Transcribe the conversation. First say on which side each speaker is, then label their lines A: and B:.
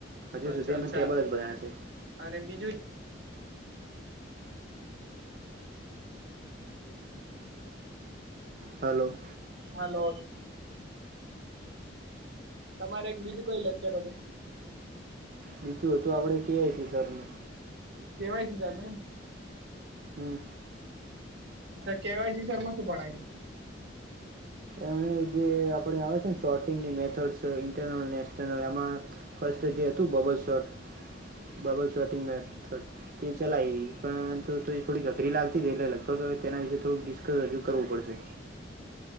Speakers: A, on the right; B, on the right.
A: હજુ
B: અચ્છા
A: સુધી અમે
B: અચ્છા
A: ટેબલ જ બનાવ્યા છે.
B: અને બીજું
A: હલો.
B: હાલો તમારે એક બીજું કઈ લેક્ચર હતુ.
A: બીજું હતું, આપડે કે એસી સરનુ.
B: ત્યાં ય <unintelligible>
A: હમ.
B: તો કેવાયસી સરમાં શું ભણાવ્યું?
A: એ જે આપડે આવે છે ને, શોર્ટિંગની મેથડસ ઇન્ટરનલ એ એમાં. ફર્સ્ટ જે હતું, bubble sort, bubble sorting method. તે ચલાય, પણ થોડી ગઘરી લાગતી તી, એટલે લગભગ તેના વિશે થોડું ડિસ્કસ રજુ કરવું પડશે.